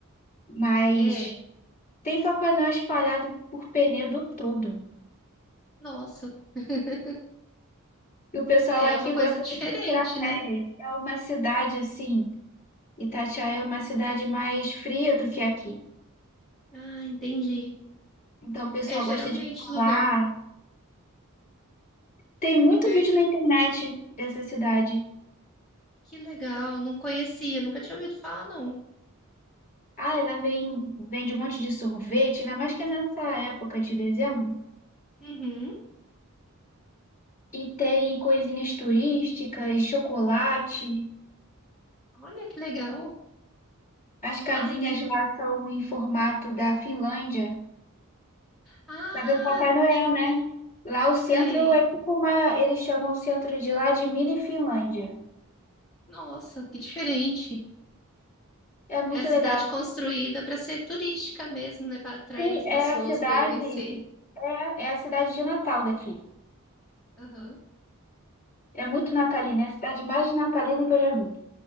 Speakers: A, on the left; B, in the centre.
A: Mas
B: É,
A: tem Papai Noel espalhado por Penedo todo.
B: nossa, <laughs>
A: E o pessoal
B: é
A: aqui
B: uma coisa
A: gosta
B: diferente,
A: muito de tirar férias.
B: né?
A: É uma cidade assim. Itatiaia é uma cidade mais fria do que aqui.
B: Ah, entendi.
A: Então o pessoal
B: É geralmente
A: gosta de falar.
B: lugar,
A: Tem muito
B: lugar
A: vídeo na internet dessa cidade.
B: Que legal, não conhecia, nunca tinha ouvido falar, não.
A: Ah, ela vem, vende um monte de sorvete, ainda mais que é nessa época de dezembro.
B: Uhum.
A: E tem coisinhas turísticas, chocolate.
B: Olha que legal.
A: As casinhas
B: Ah, tem
A: lá
B: uma.
A: são em formato da Finlândia.
B: Ah,
A: Casa do Papai Noel,
B: de-
A: né? Lá o centro
B: sei.
A: é tipo uma. Eles chamam o centro de lá de Mini Finlândia.
B: Nossa, que diferente.
A: É muito
B: É a cidade
A: legal.
B: construída para ser turística mesmo, né? Para atrair
A: Sim,
B: as pessoas
A: é a cidade,
B: para ir conhecer.
A: é, é a cidade de Natal daqui.
B: Aham.
A: É muito natalina, é a cidade mais natalina que eu já vi.